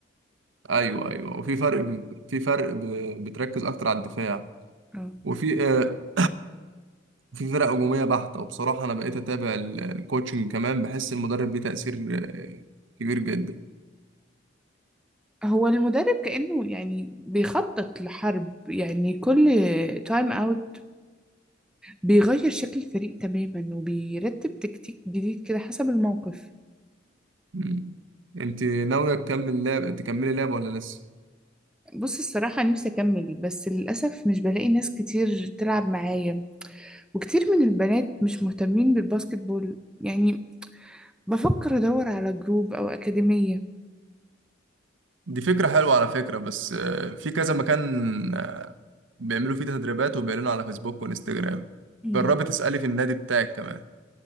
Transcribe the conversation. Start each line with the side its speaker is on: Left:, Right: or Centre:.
Right: ايوه ايوه وفي فرق ب... في فرق ب... بتركز اكتر على الدفاع
Centre: اه
Right: وفي آه، في فرق هجوميه بحته وبصراحه انا بقيت اتابع ال- الكوتشنج كمان بحس المدرب ليه تاثير آه، كبير جدا
Centre: هو المدرب كأنه يعني بيخطط لحرب يعني كل تايم اوت بيغير شكل الفريق تماما وبيرتب تكتيك جديد كده حسب الموقف
Right: مم. انت ناويه تكمل لعب تكملي لعب ولا لسه
Centre: بص الصراحة نفسي أكمل بس للأسف مش بلاقي ناس كتير تلعب معايا وكتير من البنات مش مهتمين بالباسكت بول يعني بفكر أدور على جروب أو أكاديمية
Right: دي فكرة حلوة على فكرة بس آه، في كذا مكان آه، بيعملوا فيه تدريبات وبيعلنوا على فيسبوك وانستجرام
Centre: مم.
Right: جربي تسألي في النادي بتاعك كمان